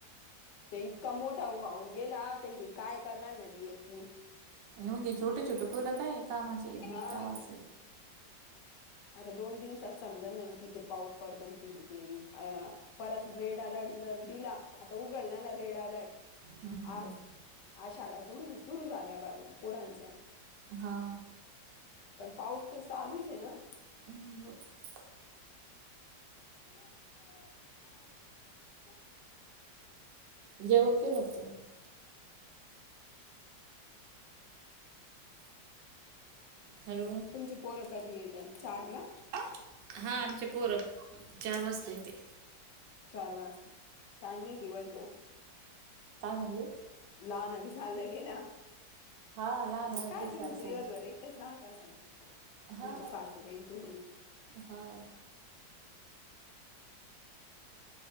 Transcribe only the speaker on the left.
ते इतका मोठा वाहून गेला तर हे काय करणार म्हने हे पूल.
हा
आता दोन दिवसात समजाल म्हणे किती पाऊस पडतो नि कितीक नाही आ परत रेड अलर्ट जर दिला आता उघड ला ना रेड अलर्ट
आज. आज शाळा सुरू सुरू झाल्या बा पोरांच्या.
पण पाऊस त चालूच आहे ना.
<inaudible>
<inaudible>
तुमची पोरं कधी येतान चार ला?
चार वास कानी दिवस
लहान अभी झालं गेल्या.
मंग
काय
तुम्ही
दिवसभर एकटेच राहात असाल? तुमच्या
सासूबाई नि तुम्ही.